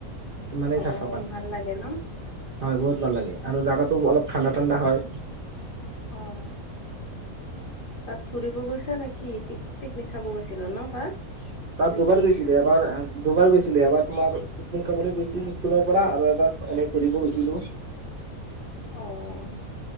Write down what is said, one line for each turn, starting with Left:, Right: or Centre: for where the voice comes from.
Right: ইমানেই
Left: অ',
Right: চাফা পানী
Left: ভাল লাগে ন?
Right: হয় বহুত ভাল লাগে আৰু, জাগাটো অলপ ঠাণ্ডা, ঠাণ্ডা হয়।
Left: অ', তাত ফুৰিব গৈছা নেকি? পিকনিক খাব গৈছিলা ন তাত?
Right: তাত
Left: নেকি
Right: দুবাৰ গৈছিলো। এবাৰ দুবাৰ গৈছিলো এবাৰ তোমাৰ নিক খাবলৈ গৈছিলো স্কুলৰ পৰা আৰু, এবাৰ এনেই ফৰিব গৈছিলো
Left: অ'।